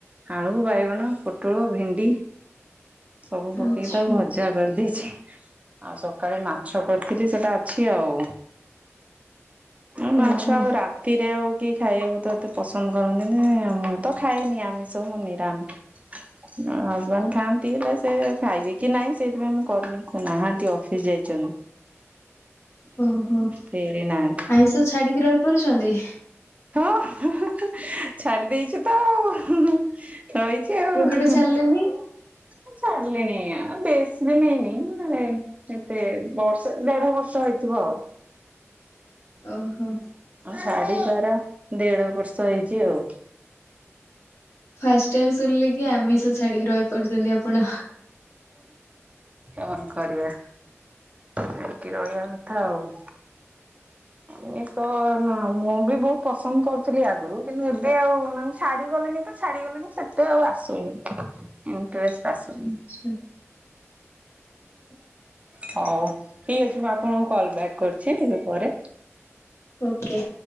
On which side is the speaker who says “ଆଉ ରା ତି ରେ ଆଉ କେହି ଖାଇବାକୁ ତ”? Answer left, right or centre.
Right